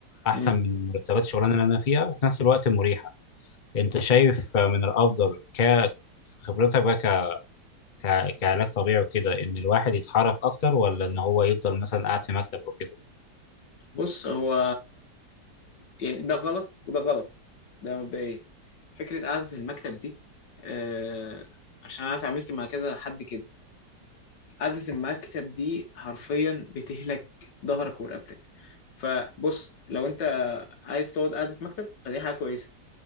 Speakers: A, on the left; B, on the left.
A: احسن
B: مم.
A: من مرتبات الشغلانه اللي انا فيها وفي نفس الوقت مريحه انت شايف من الافضل ك في خبرتك بقى ك... ك... كعلاج طبيعي وكده ان الواحد يتحرك اكتر ولا ان هو يفضل مثلا قاعد في مكتب او كده
B: بص هو يعني ده غلط وده غلط ده مبدئيا فكره قعده المكتب دي آه، عشان انا اتعاملت مع كذا حد كده قعده المكتب دي حرفيا بتهلك ظهرك ورقبتك فبص لو انت عايز تقعد قعده مكتب فدي حاجه كويسه